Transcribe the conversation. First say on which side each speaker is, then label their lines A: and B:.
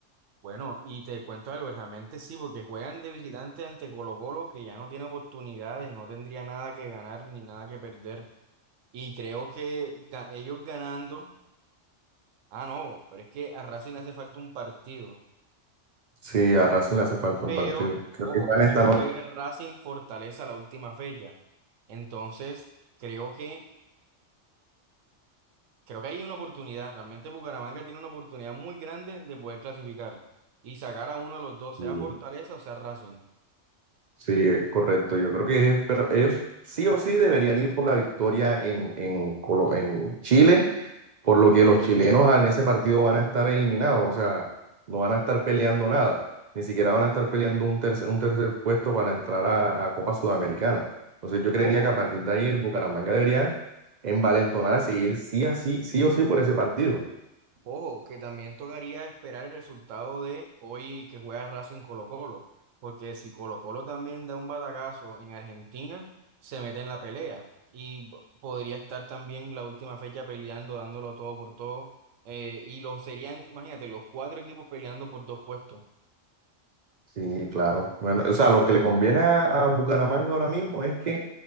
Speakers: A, on the right; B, on the right.
A: Bueno, y te cuento algo, realmente sí, porque juegan de visitante ante Colo Colo, que ya no tiene oportunidades, no tendría nada que ganar ni nada que perder. Y creo que ga- ellos ganando, ah, no, pero es que a Racing le hace falta un partido.
B: Sí, a Racing le hace falta
A: Pero,
B: un partido. Creo
A: ojo,
B: que van
A: porque
B: esta
A: es que
B: noche.
A: juega Racing Fortaleza la última fecha. Entonces, creo que, creo que hay una oportunidad. Realmente Bucaramanga tiene una oportunidad muy grande de poder clasificar y sacar a uno de los dos,
B: y
A: sea Fortaleza o sea Racing.
B: Sí, es correcto. Yo creo que es- pero ellos sí o sí deberían ir por la victoria en, en, Colo- en Chile por lo que los chilenos en ese partido van a estar eliminados, o sea, no van a estar peleando nada, ni siquiera van a estar peleando un tercer, un tercer puesto para entrar a, a Copa Sudamericana. Entonces yo creería
A: ojo
B: que a partir de ahí el Bucaramanga debería envalentonarse y ir sí, a sí, sí o sí por ese partido.
A: Ojo, que también tocaría esperar el resultado de hoy que juega Racing Colo-Colo, porque si Colo-Colo también da un batacazo en Argentina, se mete en la pelea y po- podría estar también la última fecha peleando, dándolo todo por todo, eh, y lo serían, imagínate, los cuatro equipos peleando por dos puestos.
B: Sí, claro. Bueno, o sea, lo que le conviene a, a Bucaramanga ahora mismo es que